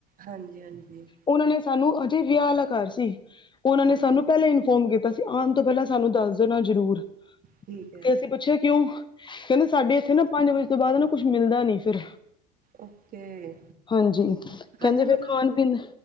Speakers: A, on the right; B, on the left.
A: ਹਾਂਜੀ ਹਾਂਜੀ
B: ਉਹਨਾਂ ਨੇ ਸਾਨੂੰ ਹਜੇ ਵਿਆਹ ਵਾਲਾ ਘਰ ਸੀ ਉਹਨਾਂ ਨੇ
A: ਓਕੇ
B: ਸਾਨੂੰ ਪਹਿਲਾਂ ਇਨਫੋਰਮ ਕੀਤਾ ਸੀ ਆਉਣ ਤੋਂ ਪਹਿਲਾਂ ਸਾਨੂੰ ਦੱਸ ਦੇਣਾ ਜ਼ਰੂਰ
A: ਠੀਕ ਹੈ
B: ਤੇ ਅਸੀਂ ਪੁੱਛਿਆ ਕਿਉਂ ਕਹਿੰਦੇ ਸਾਡੇ ਇੱਥੇ ਨਾ ਪੰਜ ਵਜੇ ਤੋਂ ਬਾਅਦ ਨਾ ਕੁੱਛ ਮਿਲਦਾ ਨੀ ਫਿਰ
A: ਓਕੇ
B: ਹਾਂਜੀ ਕਹਿੰਦੇ
A: ਹਾਂਜੀ
B: ਫਿਰ
A: ਮਤਲਬ
B: ਖਾਣ ਪੀਣ